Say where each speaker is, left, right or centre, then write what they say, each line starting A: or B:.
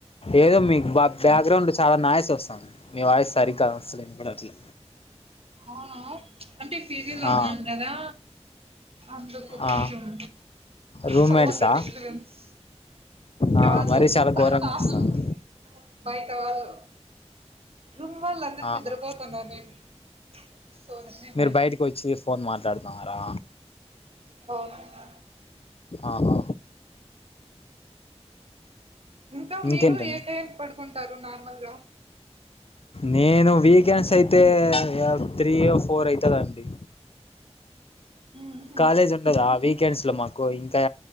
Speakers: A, on the left (about 55°); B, on the right (about 55°).
A: ఏదో మీకు బ్యాక్గ్రౌండ్ చాలా నాయిస్ వస్తుంది మీ వాయిస్ సరిగ్గా వస్తలేదు కూడా అట్లా
B: అవునా అంటే పీజీలో
A: ఆ
B: ఉన్నాం కదా అందుకు కొంచమ్
A: ఆ రూమ్మేట్సా
B: సౌండ్ డిఫరెన్స్
A: ఆ
B: కాదు
A: మరీ చాలా ఘోరంగా
B: హాస్టల్
A: వస్తుంది
B: కి బయట వాళ్ళు రూమ్ వాళ్ళు అందరు
A: ఆహా
B: నిద్రపోతున్నారూ నేను సో నేనే
A: మీరు
B: బయట
A: బయటికి వచ్చి ఫోన్ మాట్లాడుతున్నారా
B: అవును
A: ఆహా
B: ఇంకా
A: ఇంకేంటండి
B: మీరు ఏ టైముకి పడుకుంటారు. నార్మల్ గా
A: నేను వీకెండ్స్ అయితే త్రీ హొ ఫోర్ అయితది అండి
B: మ్మ్హ్మ్.
A: కాలేజ్ ఉండద ఆ వీకెండ్స్ లో మాకు పో ఇంకా